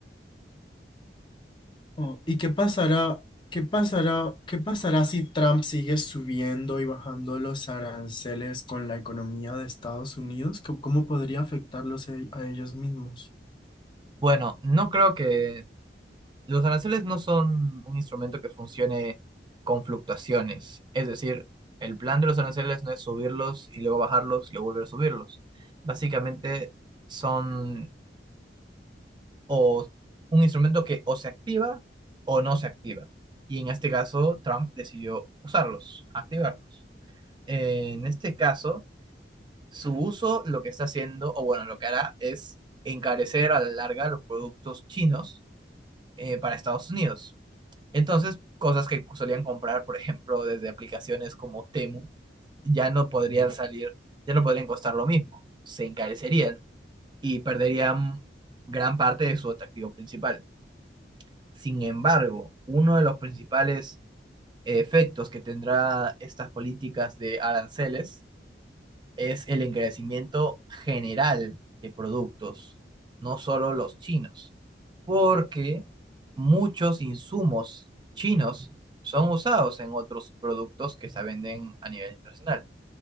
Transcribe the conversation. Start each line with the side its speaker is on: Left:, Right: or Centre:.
Left: Oh, ¿y qué pasará, qué pasará, qué pasará si Trump sigue subiendo y bajando los aranceles con la economía de Estados Unidos? ¿Cómo, cómo podría afectarlos e- a ellos mismos?
Right: Bueno, no creo que los aranceles no son un instrumento que funcione con fluctuaciones, es decir, el plan de los aranceles no es subirlos y luego bajarlos y luego volver a subirlos. Básicamente son o un instrumento que o se activa o no se activa. Y en este caso, Trump decidió usarlos, activarlos. En este caso, su uso lo que está haciendo, o bueno, lo que hará es encarecer a la larga los productos chinos eh, para Estados Unidos. Entonces, cosas que solían comprar, por ejemplo, desde aplicaciones como Temu, ya no podrían salir, ya no podrían costar lo mismo, se encarecerían y perderían gran parte de su atractivo principal. Sin embargo, uno de los principales efectos que tendrá estas políticas de aranceles es el encarecimiento general de productos, no solo los chinos, porque muchos insumos chinos son usados en otros productos que se venden a nivel internacional